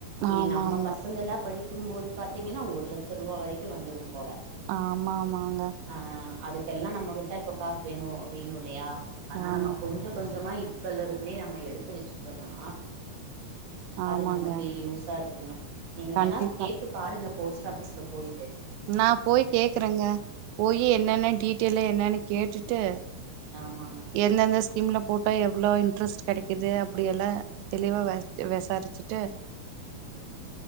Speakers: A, on the right; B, on the right.
A: இனி
B: ஆமா
A: நம்ம
B: ஆமா
A: பசங்க எல்லா படிக்க இருக்கும்போது பாத்தீங்கன்னா ஒரு லட்சம் ரூவா வரைக்கு வந்துரு போல
B: ஆமா ஆமாங்க
A: ஆஹ் அதுக் கெல்லா நம்மகிட்ட இப்ப காசு வேணு வேணும்ல லையா. அதனால
B: ஆமா
A: நம்ம கொஞ்சம் கொஞ்சமா இப். இப்பல இருந்தே நம்ம எடுத்து வச்சிட்டோம்னா. அது
B: ஆமாங்க
A: நமக்கு யூஸா இருக்குங்க நீங்க
B: கண்டிப்பா
A: வேணா அது கேட்டு பாருங்க. போஸ்ட் ஆஃபீஸ்ல போய்
B: நா போய் கேக்குறேங்க போயி என்னென்ன டீட்டெயல்லு என்னனு. கேட்டுட்டு
A: ஆமாங்க
B: எந்தெந்த ஸ்கீம்ல போட்டால் எவ்வளோ இன்ட்ரெஸ்ட் கிடைக்கிது அப்படியெல்லாம் தெளிவா விசா விசாரிச்சிட்டு.
A: ஹ